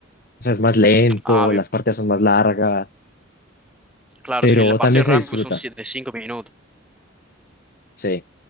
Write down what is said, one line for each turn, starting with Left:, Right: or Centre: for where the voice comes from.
Left: o sea, es más lento,
Centre: Ah, bien.
Left: las partidas son más largas,
Centre: Claro,
Left: pero
Centre: sí, las partidas
Left: también se
Centre: de
Left: disfruta,
Centre: Rainbow son siete de 5 minutos.
Left: sí.